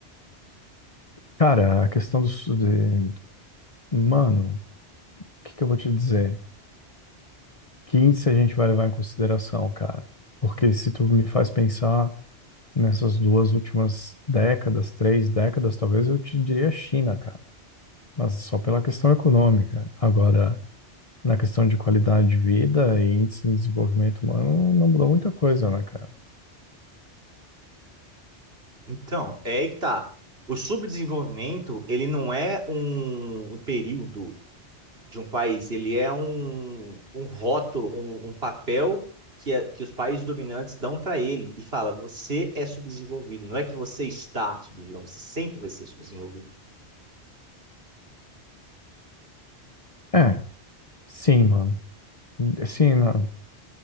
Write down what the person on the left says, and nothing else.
Cara, a questão do. su- De, mano, o que que eu vou te dizer? Que índice a gente vai levar em consideração, cara? Porque se tu me faz pensar nessas duas últimas décadas, três décadas, talvez eu te diria China, cara. Mas só pela questão econômica. Agora, na questão de qualidade de vida e índice de desenvolvimento humano, não mudou muita coisa, né, cara?
É, sim, mano. Sim, não,